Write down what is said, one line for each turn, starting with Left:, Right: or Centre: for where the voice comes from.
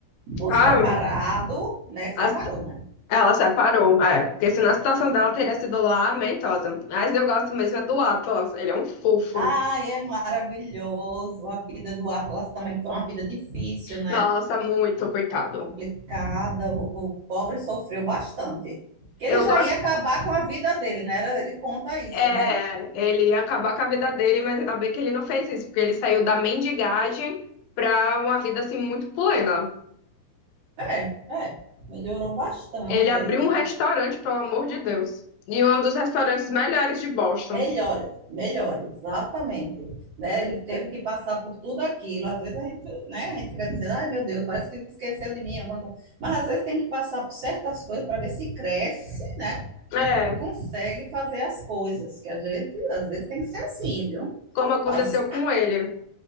Right: ou
Left: Ah,
Right: separado, né? Separou,
Left: as-
Right: né?
Left: Ela separou, é. Porque senão a situação dela teria sido lamentosa. Mas eu gosto mesmo é do Atlas. Ele é um fofo.
Right: Ai, é maravilhoso a vida do Atlas também, foi uma vida difícil, né?
Left: Nossa, muito, coitado.
Right: Complicada, o, o pobre sofreu bastante. Que
Left: Eu
Right: ele já
Left: gosto.
Right: ia acabar com a vida dele, né? Era, ele conta isso,
Left: É,
Right: né?
Left: ele acabou com a vida dele, mas ainda bem que ele não fez isso, porque ele saiu da mendigagem pra uma vida assim muito plena.
Right: É, é, melhorou bastante.
Left: Ele abriu
Right: Ele
Left: um restaurante, pelo amor de Deus. E um dos restaurantes melhores de Boston.
Right: melhora, melhora, exatamente. Né? Ele teve que passar por tudo aquilo. Às vezes a gente, né, a gente fica dizendo, ai meu Deus, parece que esqueceu de mim alguma coisa. Mas às vezes tem que passar por certas coisas para ver se cresce
Left: É,
Right: e consegue fazer as coisas. Que a gente, às vezes, tem que ser assim, viu?
Left: como aconteceu
Right: Faz...
Left: com ele.